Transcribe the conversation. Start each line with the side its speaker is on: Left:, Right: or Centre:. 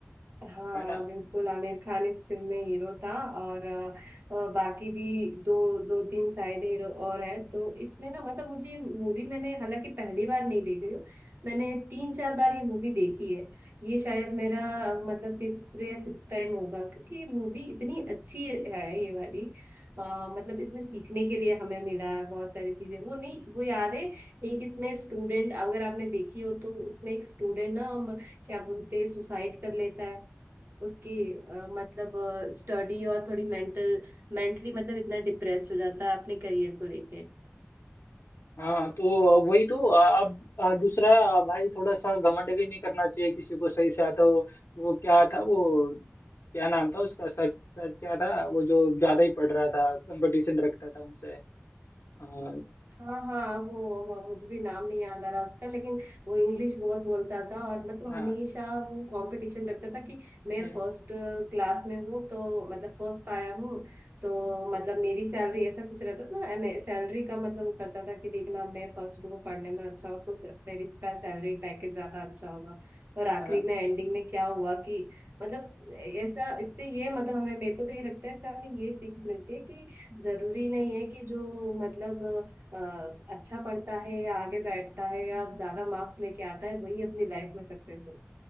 Right: हाँ
Left: है ना
Right: बिल्कुल आमिर खान इस फिल्म में हीरो था और अ, अ, बाकी भी दो दो तीन साइड हीरो और हैं तो इसमें ना मतलब मुझे मूवी मैंने हालांकि पहली बार नहीं देखी हूँ मैंने तीन चार बार ये मूवी देखी है ये शायद मेरा अ, मतलब फिफ्थ या सिक्स टाइम होगा क्योंकि ये मूवी इतनी अच्छी है ये वाली अ, मतलब इसमें सीखने के लिए हमें मिला है बहुत सारी चीजें वो नहीं वो याद है एक इसमें स्टूडेंट अगर आपने देखी हो तो उसमें एक स्टूडेंट ना हम क्या बोलते हैं सुसाइड कर लेता है उसकी अ, मतलब स्टडी और थोड़ी मेंटल मेंटली मतलब इतना डिप्रेस हो जाता है अपने करियर को लेके
Left: हाँ तो वही तो आप आ, दूसरा आ, भाई थोड़ा सा घमंड भी नहीं करना चाहिए किसी को सही से आता हो वो क्या था वो क्या नाम था उसका सर सर क्या था वो जो ज्यादा ही पढ़ रहा था कंपटीशन रखता था उनसे आ,
Right: हाँ हाँ वो, वो मुझे भी नाम नहीं याद आ रहा उसका लेकिन वो इंग्लिश बहुत बोलता था और मतलब
Left: हाँ
Right: हमेशा वो कंपटीशन रखता था कि मैं
Left: हम्म,
Right: फर्स्ट क्लास में हूँ तो मतलब फर्स्ट आया हूँ तो मतलब मेरी सैलरी ऐसा कुछ रहता था ना मैं सैलरी का मतलब वो करता था कि देखना मैं फर्स्ट हूँ पढ़ने में अच्छा हो तो से- मेरी सैलरी पैकेज ज्यादा अच्छा होगा और आखिरी
Left: हाँ
Right: में एंडिंग में क्या हुआ कि मतलब ऐसा इससे ये मतलब हमें मेरे को तो ये लगता है इससे हमें ये सीख मिलती है कि जरूरी नहीं है कि जो मतलब अ, अच्छा पढ़ता है या आगे बैठता है या ज्यादा मार्क्स लेके आता है वही अपनी लाइफ में सक्सेस हो